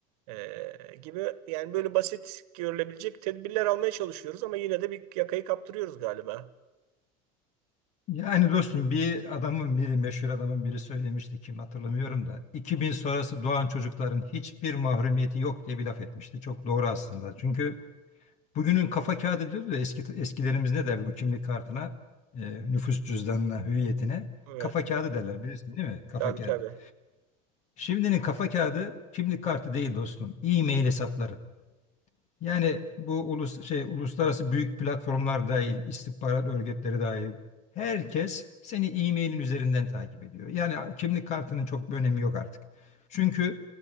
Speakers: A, on the right (about 80°); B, on the left (about 40°).
A: Ee, gibi yani böyle basit görülebilecek tedbirler almaya çalışıyoruz ama yine de bir yakayı kaptırıyoruz galiba.
B: Yani dostum bir adamın biri meşhur adamın biri söylemişti kim hatırlamıyorum da 2000 sonrası doğan çocukların hiçbir mahrumiyeti yok diye bir laf etmişti. Çok doğru aslında. Çünkü bugünün kafa kağıdı diyoruz da eski eskilerimiz ne derdi bu kimlik kartına, e, nüfus cüzdanına, hüviyetine
A: Evet.
B: kafa kağıdı derler bilirsin değil mi? Kafa
A: Tabii
B: kağıdı.
A: tabii.
B: Şimdinin kafa kağıdı kimlik kartı değil dostum. E-mail hesapları. Yani bu ulus şey uluslararası büyük platformlar dahil, istihbarat örgütleri dahil herkes seni e-mailin üzerinden takip ediyor. Yani kimlik kartının çok bir önemi yok artık. Çünkü